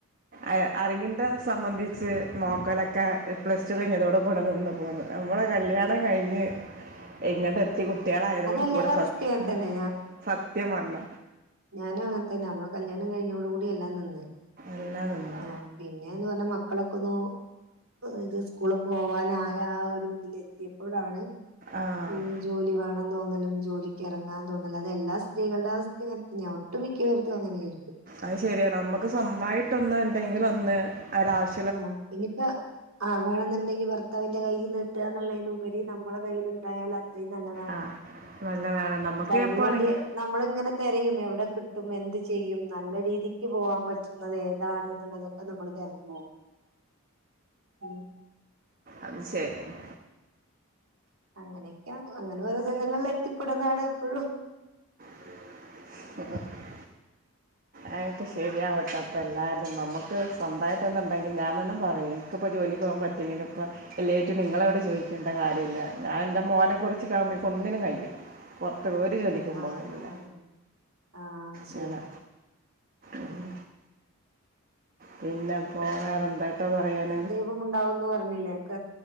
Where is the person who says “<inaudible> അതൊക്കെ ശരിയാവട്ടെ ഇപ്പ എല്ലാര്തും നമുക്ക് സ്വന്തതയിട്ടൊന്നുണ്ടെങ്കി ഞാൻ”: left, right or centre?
Right